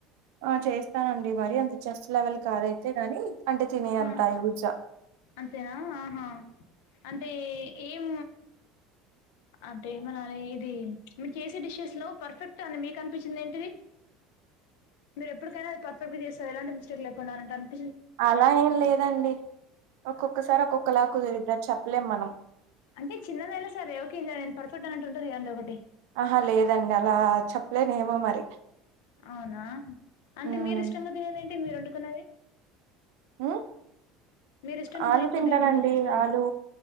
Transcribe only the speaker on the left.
ఆ!
అంతేనా ఆహా అంటే ఏం అంటే ఏమనాలి ఇది మీరు చేసే డిషెస్లో పర్ఫెక్ట్ అని మీకు అనిపించింది ఏంటిది మీరు ఎప్పుటికైనా పర్ఫెక్ట్ గా చేస్తారు ఎలాంటి మిస్టేక్ లేకుండా అనంటానానికీ
అంటే చిన్నదైనా సరే ఓకే నేను పర్ఫెట్ అంట ఉంటుది కదాండి ఒకటి
అవునా అంటే
మీరు ఇష్టంగా తినేది ఏంటి మీరు వండుకున్నది
మీరు ఇష్టంగా
తినే ఫుడ్
ఏంటి మీరు చేసుకునేది